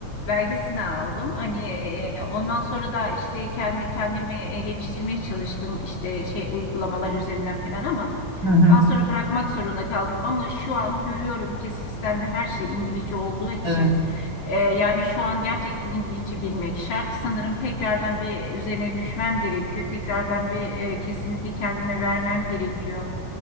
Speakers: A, on the left (about 65°); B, on the right (about 25°).
A: belgesini aldım. Hani e, ondan sonra da işte kendi kendimi e, geliştirmeye çalıştım işte şey uygulamalar üzerinden falan ama
B: Hı hı.
A: daha sonra bırakmak zorunda kaldım. Ama şu an görüyorum ki sistemde her şey İngilizce olduğu için
B: Evet.
A: e, yani şu an gerçekten İngilizce bilmek şart. Sanırım tekrardan bir üzerine düşmem gerekiyor. Tekrardan bir e, kesinlikle kendime vermem gerekiyor